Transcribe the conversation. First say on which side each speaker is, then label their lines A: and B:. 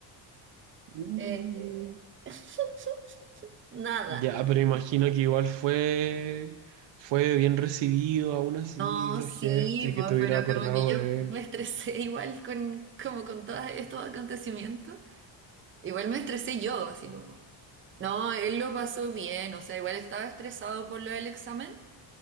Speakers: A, on the right; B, on the right.
A: Mm.
B: Eh, eh, <laughs> nada.
A: Ya, pero imagino que igual fue, fue bien recibido, aún así,
B: No,
A: los
B: sí,
A: gestos y
B: pues,
A: que te hubiera
B: pero
A: acordado
B: como que yo
A: de él.
B: me estresé igual con, como con todos estos acontecimientos. Igual me estresé yo, así como. No, él lo pasó bien, o sea, igual estaba estresado por lo del examen,